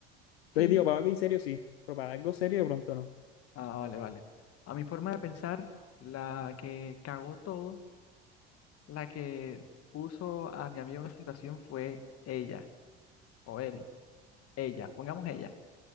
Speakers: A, on the left (about 50°); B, on the left (about 75°).
A: sí.
B: Les digo, para algo en serio sí, pero para algo serio de pronto no.
A: Ah, vale, vale. A mi forma de pensar, la que cagó todo, la que puso a mi amigo en esa situación fue ella, o él, ella, pongamos ella.